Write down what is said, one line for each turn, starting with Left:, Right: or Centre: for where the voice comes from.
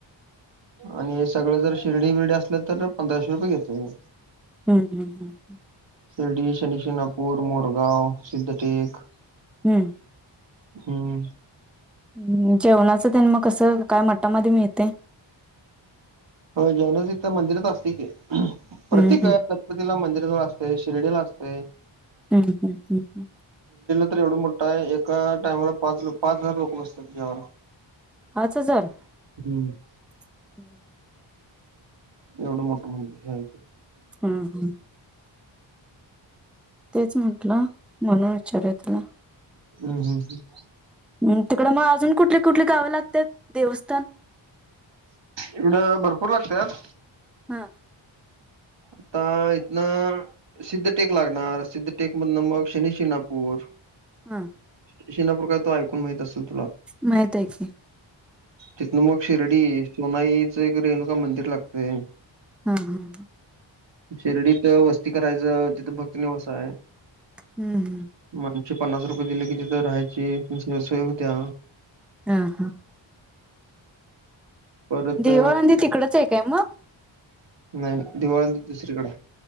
Right: आणि सगळं जर शिर्डी बिर्डी असल तर पंधराशे रुपये घेतोय-
Centre: हम्म हम्म हम्म हम्म
Right: शिर्डी शनी, शिंगणापूर, मोरगाव, सिद्धटेक
Centre: हम्म.
Right: हम्म.
Centre: हम्म जेवणाचं तेन मग कसं काय मठामध्ये मिळतंय
Right: हो जेवनाच इथं मंदिरात असतय की प्रत्येक
Centre: हम्म हम्म
Right: गणपतीला मंदिर असतय शिर्डीला असतय
Centre: हम्म हम्म हम्म हम्म
Right: एवढा मोठा आहे एका टाइमाला पाच लो पाच हजार लोक बसतात जेवायला
Centre: पाच हजार?
Right: हम्म हम्म.
Centre: <unintelligible>
Right: एवढं मोठं म्हणजेे
Centre: हम्म हम्म तेच म्हटलं म्हणून विचारय तुला
Right: हम्म हम्म हम्म
Centre: हम्म तिकडं मग अजून कुठली कुठली गावें लागतात देवस्थाने?
Right: इकडं भरपूर लागतात
Centre: हा
Right: आता इथन सिद्धटेक लागणार सिद्ध टेक मधन मग शनी शिंगणापूर,
Centre: हा.
Right: <inaudible>
Centre: माहित आहे की
Right: तिथनं मग शिर्डी सोनाईचं एक रेणुका मंदिर लागतय
Centre: हम्म हम्म हम्म
Right: शिर्डीत वस्ती करायचं तिथं भक्तनेवस आहे
Centre: हम्म हम्म.
Right: माणशे पन्नास रुपये दिले कि तथ राहायची तीश सोय होत्या
Centre: हा हा.
Right: परत
Centre: देवाळंदी तिकडच आहे काय मगं?
Right: नाही दिवाळी तर दुसरीकडे